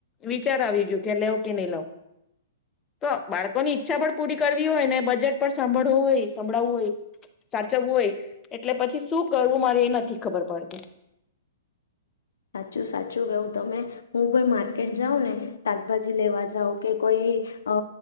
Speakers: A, on the left (about 20°); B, on the left (about 75°).
A: વિચાર આવી ગયયો કે લેવ કે નહી લઉ તો બાળકોની ઈચ્છા પણ પૂરી કરવી હોય ને બજેટ પણ સાંભળવું હોય સંભાવવું હોય સાચવવું હોય એટલે પછી શું કરવું મારે એ નથી ખબર પડતી
B: સાચું સાચું કવું તમે હું પણ માર્કેટ જાઉ ને શાકભાજી લેવા જાવ કે કોઈ અ